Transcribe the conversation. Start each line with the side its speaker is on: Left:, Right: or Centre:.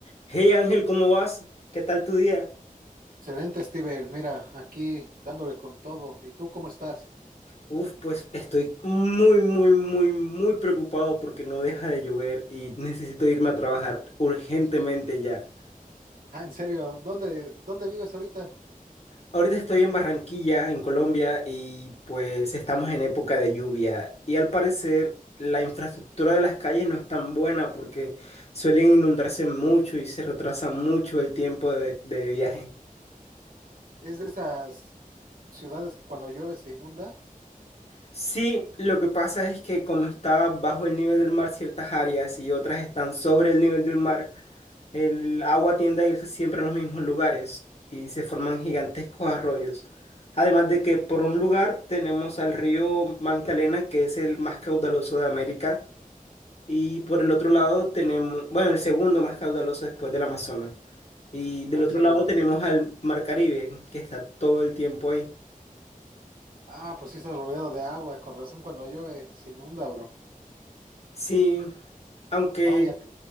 Left: Hey Ángel, ¿cómo vas? ¿Qué tal tu día?
Right: Excelente, Steven. Mira, aquí dándole con todo. ¿Y tú cómo estás?
Left: Uf, pues estoy muy, muy, muy, muy preocupado porque no deja de llover y necesito irme a trabajar urgentemente ya.
Right: Ah, en serio, ¿dónde, dónde vives ahorita?
Left: Ahorita estoy en Barranquilla, en Colombia, y pues estamos en época de lluvia y al parecer la infraestructura de las calles no es tan buena porque suelen inundarse mucho y se retrasa mucho el tiempo de de viaje.
Right: ¿Es de esas ciudades que cuando llueve se inunda?
Left: Sí, lo que pasa es que como está bajo el nivel del mar ciertas áreas y otras están sobre el nivel del mar, el agua tiende a irse siempre a los mismos lugares y se forman gigantescos arroyos. Además de que por un lugar tenemos al río Magdalena, que es el más caudaloso de América, y por el otro lado tenemos, bueno, el segundo más caudaloso después del Amazonas. Y del
Right: Ah,
Left: otro
Right: en serio.
Left: lado tenemos al Mar Caribe, que está todo el tiempo ahí.
Right: Ah, pues sí estás rodeado de agua, con razón cuando llueve se inunda, bro.
Left: Sí, aunque
Right: No, y ac-